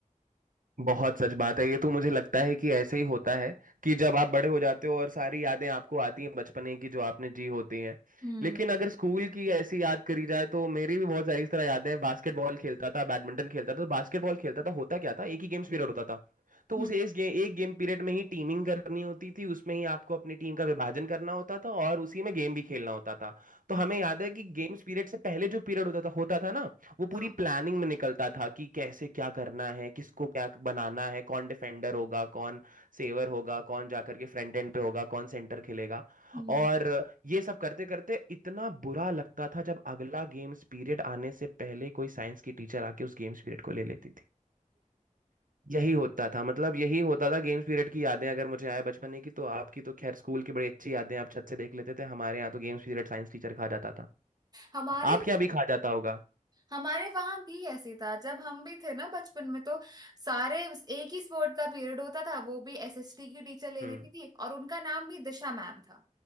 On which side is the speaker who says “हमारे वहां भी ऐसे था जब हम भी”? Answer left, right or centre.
Right